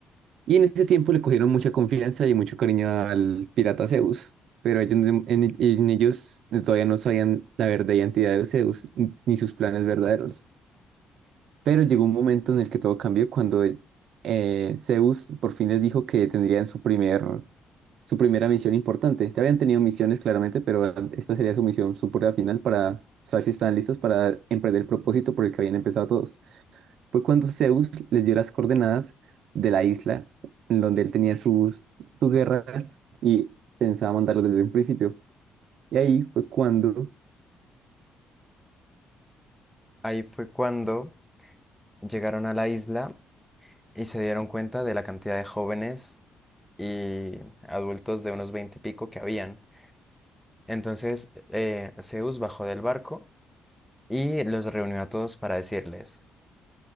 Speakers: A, on the right; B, in the centre.
A: Y en ese tiempo le cogieron mucha confianza y mucho cariño al pirata Zeus, pero ellos, no- en, en ellos todavía no sabían la verdadera identidad de Zeus n- ni sus planes verdaderos. Pero llegó un momento en el que todo cambió cuando eh, Zeus por fin les dijo que tendrían su primer, su primera misión importante. Ya habían tenido misiones claramente, pero esta sería su misión, su prueba final para saber si estaban listos para emprender el propósito por el que habían empezado todos. Fue cuando Zeus les dio las coordenadas de la isla en donde él tenía sus, sus guerras y pensaba mandarlos desde un principio. Y ahí pues cuando,
B: Ahí fue cuando llegaron a la isla y se dieron cuenta de la cantidad de jóvenes y adultos de unos veinte y pico que habían. Entonces eh, Zeus bajó del barco y los reunió a todos para decirles,